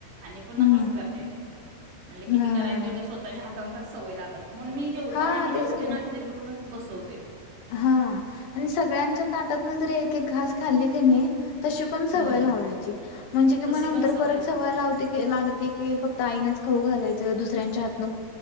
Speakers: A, on the right; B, on the left.
A: आणि पुन्हा
B: हं.
A: तसं करत्या ती, म्हणल किती
B: हां.
A: करायचं तेवढं स्वतःच्या हातान तर सवय लागल. म्हणू मी जेवताना
B: हां,
A: आमी
B: तेच
A: जेवतोय
B: की.
A: तिला घिऊनच बसवतोय.
B: हा आणि सगळ्यांच्या ताटातन जरी एक एक घास खाल्ली कणी, तशी पण सवय
A: होय
B: लावायची. म्हणजे की म
A: तशी
B: नंतर
A: पण
B: परत
A: लाग
B: सवय लावते की, अ लागते की फक्त आईनच खाऊ ग घालायचं दुसऱ्यांच्या हातन को